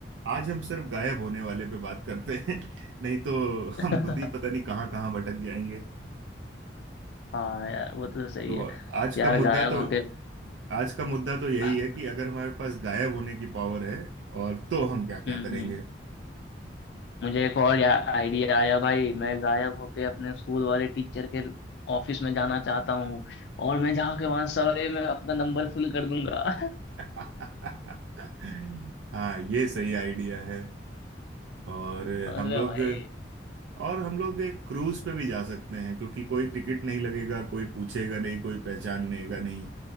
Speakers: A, on the right; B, on the left.
A: आज हम सिर्फ गायब होने वाले पे बात करते हैं <laughs> नहीं तो
B: <laughs>
A: हम खुद ही पता नहीं कहाँ कहाँ भटक जाएंगे
B: हाँ यार वो तो सही
A: तो
B: है
A: आज
B: यार
A: का मुद्दा
B: गायब
A: तो
B: होके
A: आज का मुद्दा तो यही
B: हम्म
A: है कि अगर हमारे पास गायब होने की पावर है और तो हम क्या क्या
B: हम्म
A: करेंगे
B: मुझे एक और या आइडिया आया भाई मैं गायब होके अपने स्कूल वाले टीचर के ऑफिस में जाना चाहता हूँ और मैं जाके वहां सवेरे में अपना नंबर फुल कर दूंगा <laughs>
A: <laughs> हाँ ये सही आइडिया है और
B: समझ
A: हम
B: रहे
A: लोग
B: हो भाई
A: और हम लोग एक क्रूज पे भी जा सकते हैं क्योंकि कोई टिकट नहीं लगेगा कोई पूछेगा नहीं कोई पहचानेगा नहीं